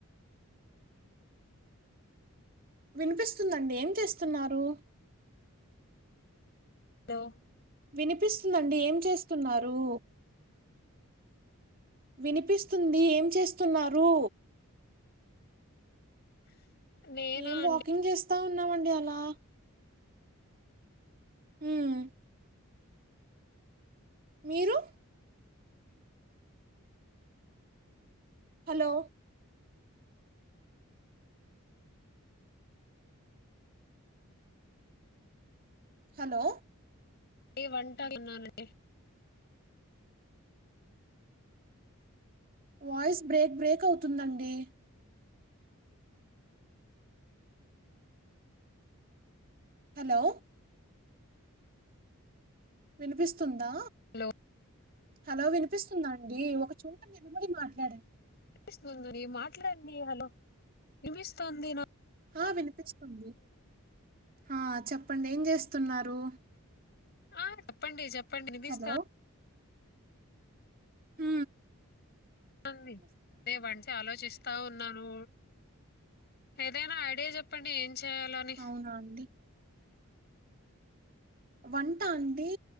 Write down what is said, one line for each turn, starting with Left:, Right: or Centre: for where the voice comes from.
Right: వినిపిస్తుందండి ఏం చేస్తున్నారు
Left: హలో
Right: వినిపిస్తుందండి ఏం చేస్తున్నారు వినిపిస్తుంది ఏం చేస్తున్నారు
Left: <inaudible>
Right: మేం వాకింగ్
Left: అండి
Right: చేస్త వస్తా ఉన్నామండి అలా హ్మ్ మీరు హలో హలో
Left: ఏ వంటన్నాే
Right: వాయిస్ బ్రేక్ బ్రేక్ అవుతుందండి హలో వినిపిస్తుంది
Left: హలో
Right: హలో వినిపిస్ వస్తుందండి ఒక చోట నిను మరి మాట్లాడాడి
Left: స్తుందిని మాట్లాడండి హలో నిమిస్తుంది.
Right: ఆ వినిపిస్తుంది. ఆ చెప్పండి ఏం చేస్తున్నారు.
Left: ఆ చెప్పండి చెప్ <unintelligible>
Right: హలో! హ
Left: అదేవంట ఆలోచిస్త ఉన్నాను ఏదైనా ఐడియా చెప్పండి ఏం చేయాలని
Right: అవునా అండి వంటాండి